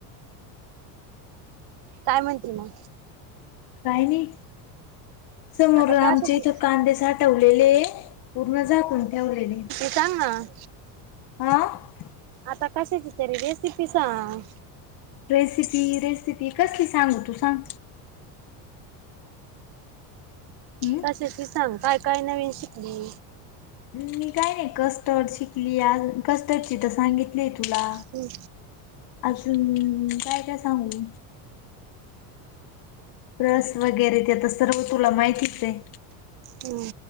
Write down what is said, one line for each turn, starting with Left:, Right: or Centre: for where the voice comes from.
Right: काय म्हणते मग?
Left: काय नाही समोर
Right: आता
Left: आमचे
Right: कशाची
Left: इथं कांदे साठवलेले पूर्ण झाकून ठेवलेली
Right: सांगना
Left: आ.
Right: आता कशाची तरी रेसिपी सांग?
Left: रेसिपी रेसिपी कसली सांगू तू सांग? हम्म
Right: कशाची सांग काय काय नवीन शिकली
Left: मी काय नाही कस्टर्ड शिकली आ कस्टर्डची तर सांगित मी तुला
Right: हम्म
Left: अजून काय काय सांगु रस वगैरे ते तर सर्व तुला माहितीच आहे.
Right: हम्म.